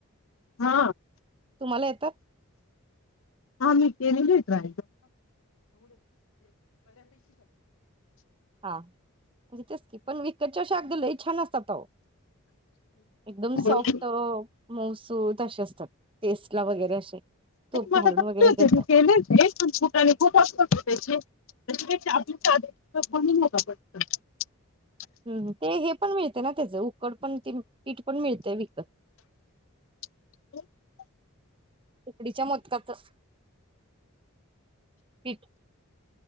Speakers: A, on the left; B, on the right.
A: हा
B: तुम्हाला येतात
A: हा मि केलेलेत <inaudible>
B: <unintelligible> छान असतात आओ एकदम
A: नाही
B: सॉफ्ट मऊ सुत अशे असतात टेस्टला वगैरे असे. तूप
A: मला
B: घालून
A: जमतात
B: वगैरे देतात
A: मि केलेय पण कुटाणे खुप असतात ओ त्याचे <unintelligible>
B: हम्म हम्म ते हे पण मिळत ते ना त्याच उकड पण पिठ पण मिळत विकत
A: <inaudible>
B: उकडीच्या मोदकाच अस पिठ